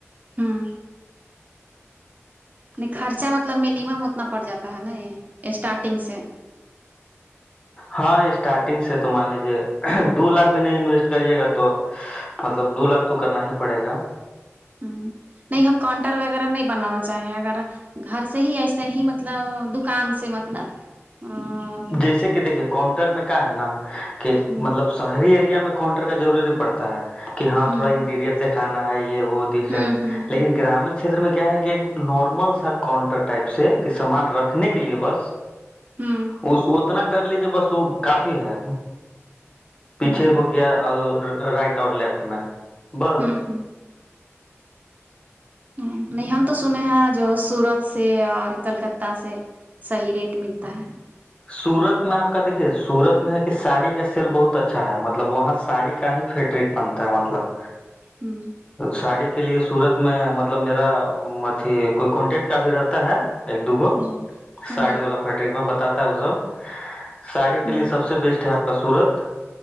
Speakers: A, on the right (about 35°); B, on the left (about 25°).
A: ہوں نہیں خرچہ مطلب منیمم اتنا پڑ جاتا ہے نا یہ اسٹارٹنگ سے
B: ہاں اسٹارٹنگ سے تو مان لیجیے دو لاکھ بھی نہیں انویسٹ کریے گا تو مطلب دو لاکھ تو کرنا ہی پڑے گا
A: ہ نہیں ہم کانٹر وغیرہ نہیں بنانا چاہیں اگر گھر سے ہی ایسے ہی مطلب دکان سے مطلب ہوں
B: جیسے کہ دیکھیے کاؤنٹر میں کا ہے نا کہ
A: ہ
B: مطلب شہری ایریا میں کانٹر کا ضروری پڑتا ہے کہ ہاں
A: ہ
B: تھوڑا انٹیریئر دکھانا ہے یہ وہ سرٹ
A: ہ ہ ہ
B: لیکن گرامین چھیتر میں کیا ہے کہ ایک نارمل سا کانٹر ٹائپ سے کے سامان رکھنے کے لیے بس
A: ہوں
B: اس اتنا کر لیجیے بس وہ کافی ہے پیچھے
A: ہ
B: ہو گیا اگ رائٹ اور لیفٹ میں بس
A: ہوں ہوں ہ نہیں ہم تو سنے ہیں آج جو سورت سے اور کلکتہ سے صحیح ریٹ ملتا ہے
B: سورت میں آپ کا دیکے سورت میں ہے کہ ساڑی کا سیل بہت اچھا ہے مطلب وہاں ساڑی کا ہی فیٹرک پنتا ہے مطلب
A: ہوں
B: ساڑی کے لیے سورت میں مطلب میرا ماتھی کوئی کانٹیکٹ کا بھی رہتا ہے ایک دوگو
A: ہوں ہوں
B: ساڑی والا فیٹرک میں بتاتا ہے وہ سب ساڑی کے
A: ہوں
B: لیے سب سے بیسٹ ہے آپ کا سورت